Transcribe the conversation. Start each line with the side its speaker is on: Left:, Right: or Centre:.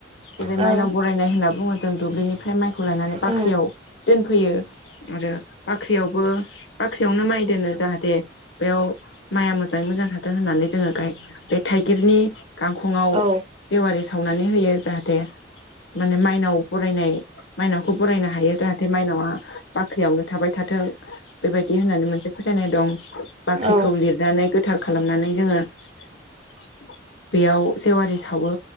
Left: जेरै
Right: ओ
Left: माइनाव बरायनाय होनना बुङो जों दुब्लिनिफ्राय माइखौ लायनानै
Right: औ
Left: बाख्रियाव दोनफैयो आरो बाख्रियावबो बाख्रियावनो माइ दोनो जाहाथे बेयाव माइआ मोजाङै मोजां थाथों होननानै जोङो गाय बे थाइगिरनि गांखंआव
Right: औ
Left: जेवारि सावनानै होयो जाहाथे माने माइनाव बरायनाय माइनावखौ बरायनो हायो जाहाथे माइनावआ बाख्रियावनो थाबाय थाथों बेबायदि होननानै मोनसे फोथायनाय दं बाख्रिखौ
Right: औ
Left: लिरनानै गोथार खालामनानै जोङो <unintelligible> बेयाव जेवारि सावो